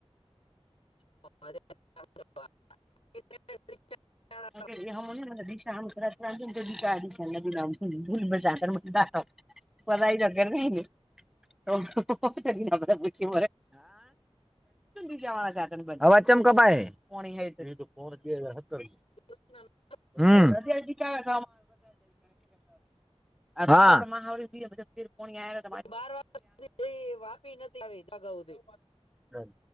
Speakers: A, on the left; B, in the centre.
A: <unintelligible>
B: અગ હમ દશામ દીા દિશાના બીૂલ દાખવ <unintelligible> પતા લગરને પ <unintelligible> હ અવાજ કેમ કપાય. એ તો ફોન હતી હત <inaudible>
A: એ ના <unintelligible>
B: યારે આવે <unintelligible> નીર પોયયાય
A: બાર વાગ સુધી વાપી નથી આવી.
B: હમ.